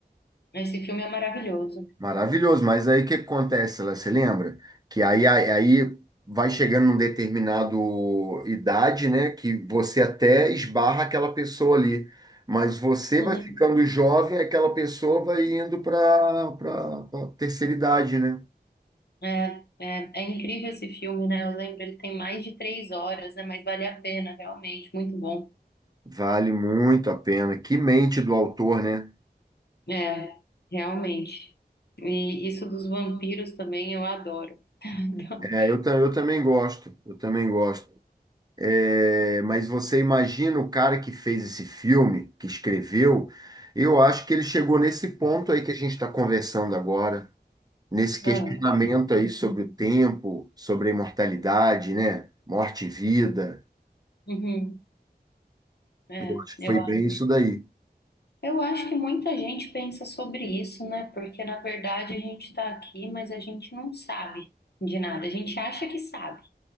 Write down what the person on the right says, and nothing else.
Maravilhoso. Mas aí o que acontece, lá, você lembra? Que aí, aí aí vai chegando num determinado idade, né? Que você até esbarra aquela pessoa ali. Mas você
vai ficando jovem, aquela pessoa vai indo para a terceira idade, né?
Vale muito a pena. Que mente do autor, né?
É, eu, ta- eu também gosto. Eu também gosto. É, mas você imagina o cara que fez esse filme, que escreveu, eu acho que ele chegou nesse ponto aí que a gente está conversando agora, nesse questionamento
aí sobre o tempo, sobre a imortalidade, né? Morte e vida.
Eu acho
que foi
bem isso daí.